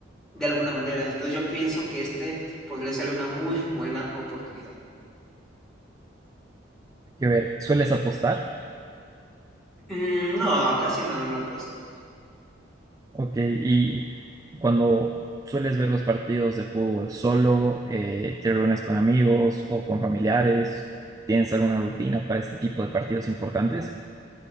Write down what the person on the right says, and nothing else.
Hay que ver, ¿sueles apostar?
Ok, y cuando sueles ver los partidos de fútbol solo, eh, te reúnes con amigos o con familiares, ¿tienes alguna rutina para este tipo de partidos importantes?